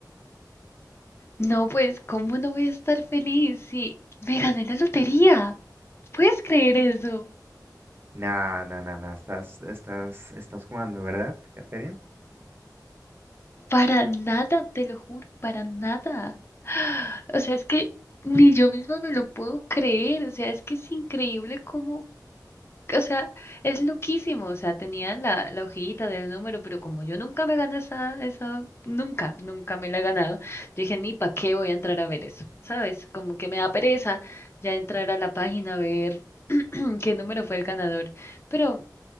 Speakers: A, on the left; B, on the right.
A: No, pues, ¿cómo no voy a estar feliz si me gané la lotería? ¿Puedes creer eso?
B: No, no, no, no, estás, estás, estás jugando, ¿verdad, Katherine?
A: Para nada, te lo juro, para nada. O sea, es que ni yo misma me lo puedo creer. O sea, es que es increíble cómo. O sea, es loquísimo, o sea, tenían la, la hojita del número, pero como yo nunca me gané esa, esa, nunca, nunca me la he ganado, yo dije, ni para qué voy a entrar a ver eso, ¿sabes? Como que me da pereza ya entrar a la página a ver <clears throat> qué número fue el ganador, pero